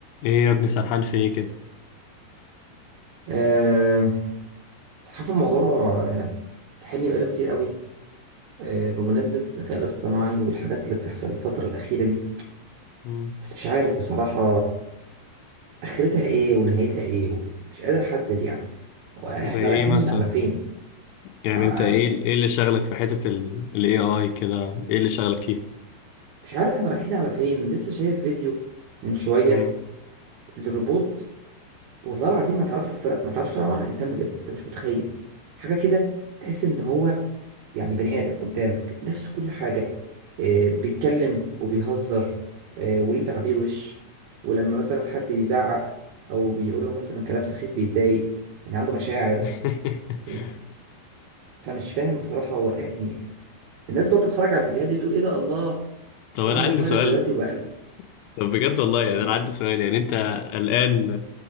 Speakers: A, on the left; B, on the right.
A: ايه يا ابني سرحان في ايه كده
B: آه، صراحة في الموضوع آه، ساحلني بقاله كتير قوي آه، بمناسبة الذكاء الاصطناعي والحاجات اللي بتحصل الفترة الأخيرة دي
A: مم.
B: بس مش عارف بصراحة آخرتها إيه ونهايتها إيه مش قادر أحدد يعني وإحنا
A: زي ايه
B: رايحين
A: مثلا
B: على فين
A: يعني
B: ما
A: انت ايه ايه اللي شغلك في حتة ال AI كده ايه اللي شغلك فيه
B: مش عارف إحنا رايحين على فين لسه شايف فيديو من شوية
A: مم.
B: للروبوت والله العظيم ما تعرفش الفرق ما تعرفش الفرق عن الإنسان بجد أنت مش متخيل حاجة كده تحس إن هو يعني بني آدم قدامك نفس كل حاجة آه، بيتكلم وبيهزر آه، وليه تعبير وش ولما مثلا حد بيزعق أو بيقول له مثلا كلام سخيف بيتضايق يعني عنده مشاعر
A: <laughs>
B: و... فمش فاهم بصراحة هو يعني الناس بتقعد تتفرج على الفيديوهات دي تقول إيه ده الله
A: طب
B: وأنا
A: انا عندي
B: بتفرج
A: سؤال
B: على الفيديوهات دي وبقلق
A: طب بجد والله يعني
B: إيه
A: انا عندي سؤال يعني انت قلقان